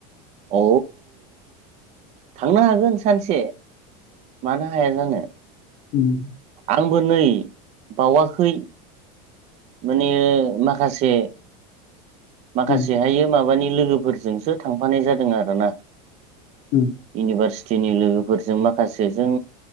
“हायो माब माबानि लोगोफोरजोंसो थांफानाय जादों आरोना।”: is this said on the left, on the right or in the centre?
Right